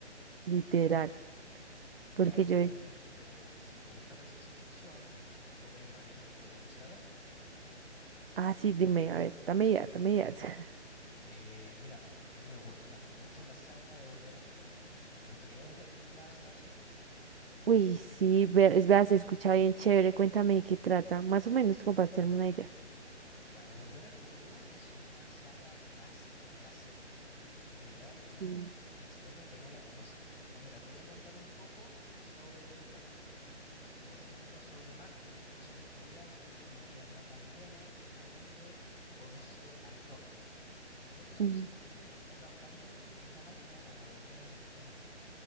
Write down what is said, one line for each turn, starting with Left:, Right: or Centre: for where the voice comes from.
Right: literal.
Left: Ya
Right: Porque
Left: está
Right: yo,
Left: bien, pero si te gusta la ciencia ficción, se me ocurren varias que podríamos ir a ver.
Right: ah, sí, dime, a ver, dame ideas, dame ideas. <laughs>
Left: Eh, mira, a mí me gusta la- mucho la saga de Volver al Futuro. ¿Te gustaría volver- ver la saga?
Right: Uy, sí, ver, es verdad, se escucha bien chévere. Cuéntame de qué trata, más o menos como para hacerme una idea.
Left: Ya, Volver al Futuro es una saga clásica, clásica En realidad no
Right: Mm,
Left: me extraña que no la conozcas, pero mira, te voy a contar un poco sobre de qué trata. Eh, se trata sobre Martin, que es un estudiante con una vida no tan buena, que en un momento conoce al Doc. El Doc es
Right: mm.
Left: un científico que está trabajando en una máquina para volver en el tiempo.